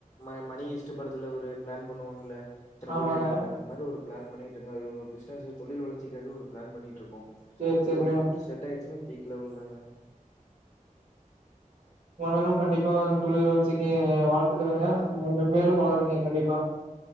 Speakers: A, on the left (about 25°); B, on the right (about 50°).
A: ம மணி ஈஷ்ட் படத்துல ஒரு பிளான் பண்ணுவாங்கல்ல இத்தன
B: ஆமாங்க
A: கோடி அடிக்கணு அது மாரி ஒரு பிளான் பண்ணிட்ருக்கோ அது ஒரு பிசினஸ் தொழில் வளர்ச்சிகாக ஒரு பிளான் பண்ணிட்டுருக்
B: சேரி
A: இப்ப
B: சேரிங்க
A: தொழில் மட்டு செட் ஆயிருச்சுனா வீட்ல அவ்ளதாங்க
B: பண்ணனு கண்டிப்பா தொழில் வளர்ச்சிக்கு வாழ்த்துக்களுங்க நீங்க மென்மேலு வளருவிங்க கண்டிப்பா